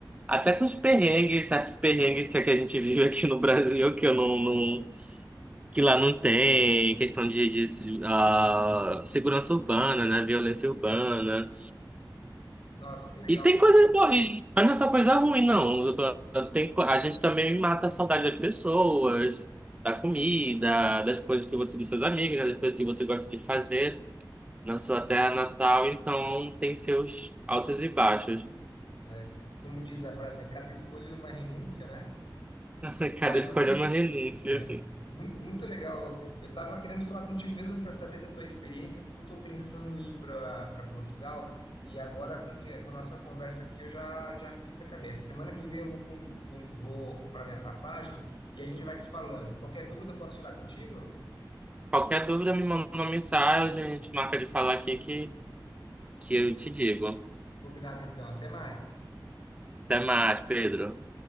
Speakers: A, on the right; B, on the left.
A: até com os perrengues, certos perrengues que, a que a gente <laughs> vive aqui no Brasil, que eu não, não- que lá não tem, questão de, de, ah, segurança urbana, né? Violência urbana.
B: nossa, que legal.
A: E tem coisa boa, e- mas não é só coisa ruim, não. Tem, co- a gente também mata a saudade das pessoas, da comida, das coisas que você, dos seus amigos, né, Das coisas que você gosta de fazer na sua terra natal, então tem seus altos e baixos.
B: né? como diz a frase, é cada escolha é uma renúncia, né?
A: <laughs>
B: Mas
A: Cada escolha
B: assim,
A: é uma renúncia.
B: né? Muito, muito legal. Eu estava querendo falar contigo mesmo para saber da tua experiência, porque eu estou pensando em ir para Portugal e agora com, que, com a nossa conversa aqui eu já, já fiz a cabeça. Semana que vem eu vou, com- com- vou comprar minha passagem e a gente vai se falando. Qualquer dúvida eu posso tirar contigo?
A: Qualquer dúvida, me manda uma mensagem, a gente marca de falar aqui que, que eu te digo.
B: Combinado então. Até mais.
A: Até mais, Pedro.